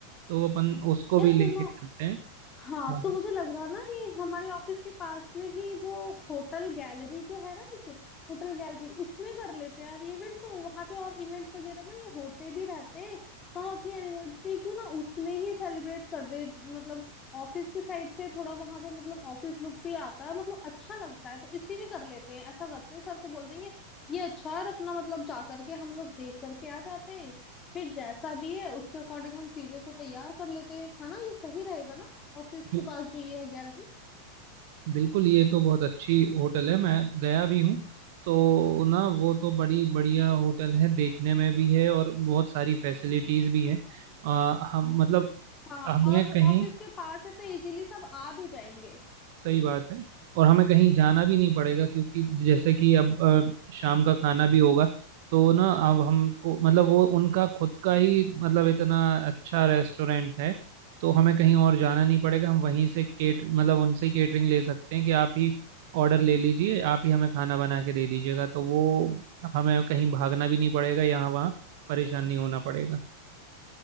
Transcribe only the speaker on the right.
तो अपन उसको
भी
लेके चलते हैं
हाँ
बिल-
बिल्कुल ये तो बहुत अच्छी होटल है मैं गया भी हूँ तो ना वो तो बड़ी बढ़िया होटल है देखने में भी है और बहुत सारी फैसिलिटीज भी हैं आ, हम मतलब
हमें
कहीं
सही बात है और हमें कहीं जाना भी नहीं पड़ेगा क्योंकि जैसे कि अब अ, शाम का खाना भी होगा तो ना अब हमको मतलब वो उनका खुद का ही मतलब इतना अच्छा रेस्टोरेंट है तो हमें कहीं और जाना नहीं पड़ेगा हम वहीं से केट मतलब उनसे ही केटरिंग ले सकते हैं कि आप ही ऑर्डर ले लीजिए आप ही हमें खाना बना के दे दीजिएगा तो वो हमें कहीं भागना भी नहीं पड़ेगा यहाँ वहाँ परेशान नहीं होना पड़ेगा